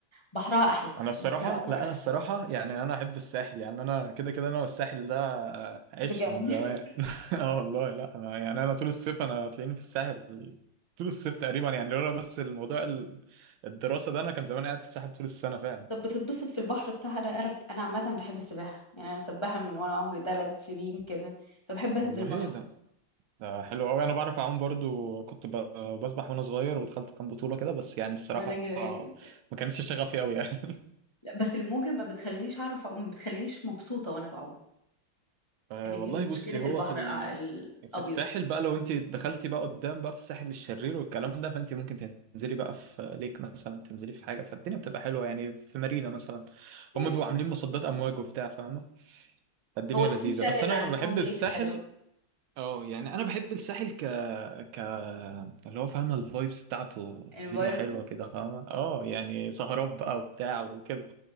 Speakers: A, on the left (about 25°); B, on the right (about 80°).
A: بحرها احلى
B: انا الصراحه
A: البحر الاحمر
B: لا
A: احلى
B: انا الصراحه يعني انا احب الساحل يعني انا كده كده انا والساحل ده آه، عشق
A: بجد
B: من زمان
A: <laughs>
B: <laughs> اه والله لا انا يعني انا طول الصيف انا تلاقيني في الساحل طول الصيف تقريبا يعني لولا بس الموضوع ال- الدراسه ده انا كان زمان قاعد في الساحل طول السنه فعلا
A: طب بتتبسط في البحر بتاعها انا انا انا عامه بحب السباحه يعني انا سباحه من وانا عمري ثلاث سنين كده فبحب
B: والله
A: انزل بحر
B: ايه ده ده حلو قوي انا بعرف اعوم برضو كنت ب- بسبح وانا صغير ودخلت كام بطوله كده بس يعني الصراحه
A: ما انا جوان
B: ما كانتش شغفي قوي يعني <laughs>
A: لا، بس الموجه ما بتخلينيش اعرف أعوم، ما بتخلينيش مبسوطه وانا بعوم
B: أه
A: هي
B: والله
A: دي مشكله
B: بصي هو
A: البحر
B: في ال...
A: الع- الابيض
B: في الساحل بقى لو انت دخلتي بقى قدام بقى في الساحل الشرير والكلام ده فانت ممكن تنزلي بقى في ليك مثلا تنزلي في حاجه فالدنيا بتبقى حلوه يعني في مارينا مثلا
A: ماشي
B: هم بيبقوا عاملين مصدات امواج وبتاع فاهمه فالدنيا
A: هو سيشال
B: لذيذه بس
A: اللي
B: انا
A: عندهم
B: بحب الساحل
A: ليكس حلو
B: اه يعني انا بحب الساحل ك ك اللي هو فاهمه الفايبس بتاعته
A: environment
B: الدنيا حلوه كده فاهمه اه يعني سهرات بقى وبتاع وكده